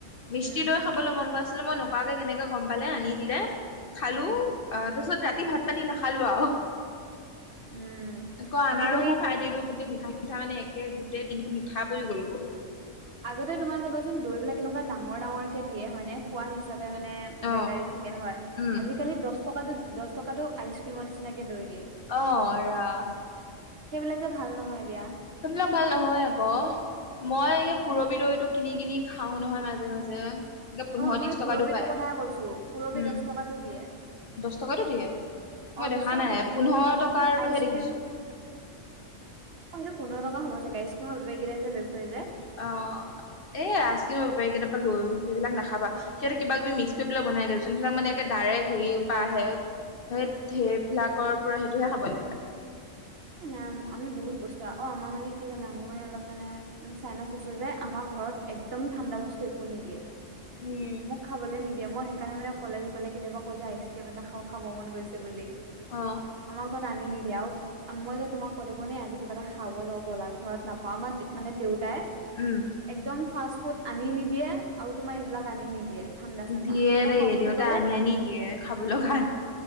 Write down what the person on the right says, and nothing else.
উম
উম
উম
আজিকালি
আগতে তোমাৰ চাবাচোন দৈবিলাক এনেকুৱা ডাঙৰ ডাঙৰকে দিয়ে হয় নে পোৱা হি চাপে মানে
বেকাৰীত থাকে হয়,
আজিকালি দহ টকাতো দহ টকাটো আইচক্ৰীমৰ নিচিনাকে দৈ দিয়ে।
সেইবিলাক যে ভাল নহয় দিয়া।
উম,
অ মই
পুৰবিটো
কথাই কৈছো পুৰবি
দহ টকাতো দিয়ে
অ দহ
টকাতো
দিয়ে
এই আইচক্ৰীম
অঁ সেইটো পোন্ধৰ টকা হ'ব চাগেল আইচক্ৰীমৰ বেপাৰীকেইটাই যে লৈ ফুৰে যে।
এ নাই আমি বহুত বস্তু অ আমাৰ মানে কি জানা মোৰ মানে অলপ মানে চাইনাচ আছে যে, আমাৰ ঘৰত একদম ঠাণ্ডা বস্তু একো নিদিয়ে।
মোক খাবলৈ নিদিয়ে মই সেইকাৰণে মানে কলেজ গ'লে কেতিয়াবা কওঁ যে আইচক্ৰীম এটা খাও খাব মন গৈছে বুলি।
আমাৰ ঘৰত আনি নিদিয়া আৰু মই যে তোমাক কৈ থাকো ন আজি কিবা এটা খাব যাওঁ ব'লা, ঘৰত নাপাওঁ আমাৰ মানে দেউতাই
একদম ফাষ্ট ফুড আনি নিদিয়ে আৰু তোমাৰ এইবিলাক আনি নিদিয়ে। ঠাণ্ডা চাণ্ডা
কিবা
খাওঁ বুলি
ক'লে